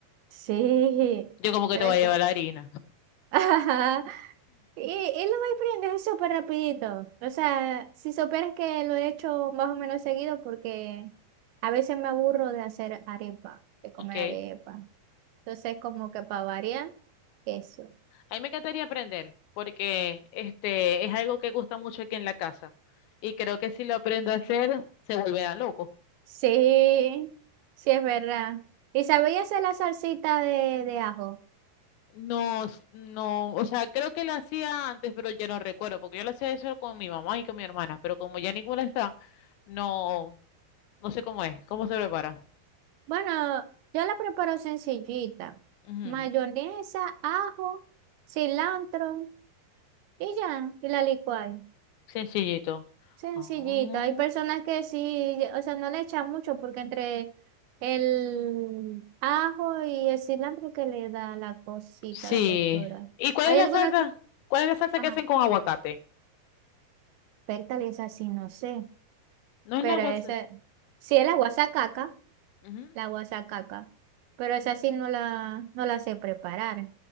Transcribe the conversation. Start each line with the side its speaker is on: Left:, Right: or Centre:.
Right: Sí,
Left: Yo como que
Right: debe
Left: te voy a
Right: que.
Left: llevar la harina.
Right: <laughs> Y, y lo voy aprendiendo súper rapidito. O sea, si supieras que lo he hecho más o menos seguido porque a veces me aburro de hacer arepa, de comer
Left: Ok.
Right: arepa. Entonces, como que para variar, eso.
Left: A mí me encantaría aprender, porque este es algo que gusta mucho aquí en la casa. Y creo que si lo aprendo a hacer, se volverán locos.
Right: Sí, sí es verdad. ¿Y sabéis hacer la salsita de, de ajo?
Left: No, s- no, o sea, creo que la hacía antes, pero ya no recuerdo, porque yo lo hacía eso con mi mamá y con mi hermana, pero como ya ninguna está, no, no sé cómo es, cómo se prepara.
Right: Bueno, yo la preparo sencillita.
Left: Ujú,
Right: Mayonesa, ajo, cilantro y ya, y la licuáis.
Left: Sencillito.
Right: Sencillito.
Left: Oh,
Right: Hay personas que sí, o sea, no le echan mucho porque entre el ajo y el cilantro que le da la cosita,
Left: sí.
Right: la textura.
Left: ¿Y cuál
Right: Hay
Left: es la
Right: algunas
Left: salsa?
Right: que,
Left: ¿Cuál es la salsa
Right: ajá,
Left: que hacen con aguacate?
Right: pértale es así, no sé.
Left: No es
Right: Pero
Left: la guasa.
Right: esa, sí es la guasacaca,
Left: Ujú.
Right: la guasacaca. Pero esa sí no la, no la sé preparar.